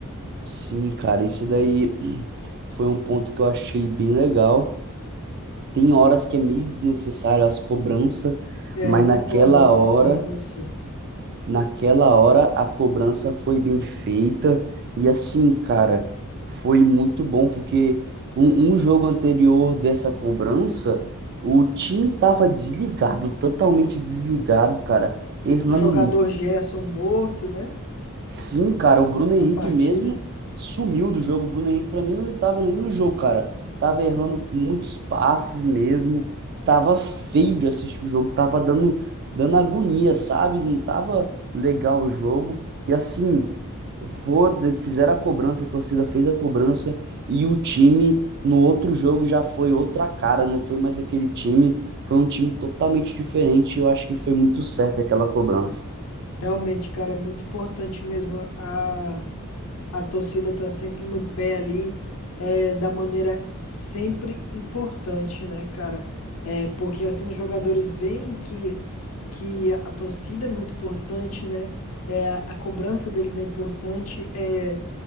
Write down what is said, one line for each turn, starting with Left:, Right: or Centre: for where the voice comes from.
Right: Sim, cara, isso daí <clears throat> foi um ponto que eu achei bem legal. Tem horas que é meio desnecessário as cobranças,
Left: É,
Right: mas
Left: eu concordo,
Right: naquela
Left: eu concordo
Right: hora,
Left: com você.
Right: naquela hora a cobrança foi bem feita e assim, cara, foi muito bom porque um, um jogo anterior dessa cobrança, o time tava desligado, totalmente desligado, cara, errando
Left: O jogador Gerson morto, né,
Right: Sim, cara, o Bruno
Left: na
Right: Henrique
Left: partida.
Right: mesmo sumiu do jogo. O Bruno Henrique, pra mim, não tava nem no jogo, cara. Tava errando muitos passes mesmo. Tava feio de assistir o jogo. Tava dando, dando agonia, sabe? Não tava legal o jogo. E assim, for, fizeram a cobrança, a torcida fez a cobrança. E o time, no outro jogo, já foi outra cara. Não foi mais aquele time. Foi um time totalmente diferente. e Eu acho que foi muito certo aquela cobrança.
Left: Realmente, cara, é muito importante mesmo. A, a torcida tá sempre no pé ali, é, da maneira sempre importante, né, cara? É, porque assim os jogadores veem que, que a torcida é muito importante, né? É, a, a cobrança deles é importante, é